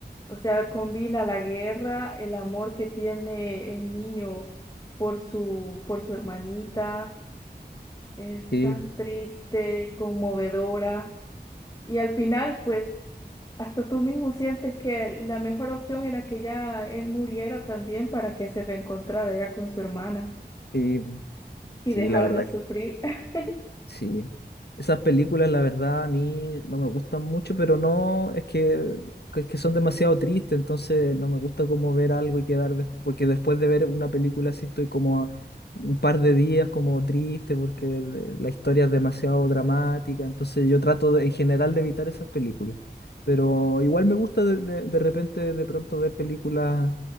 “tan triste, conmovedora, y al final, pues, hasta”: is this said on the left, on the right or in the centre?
Left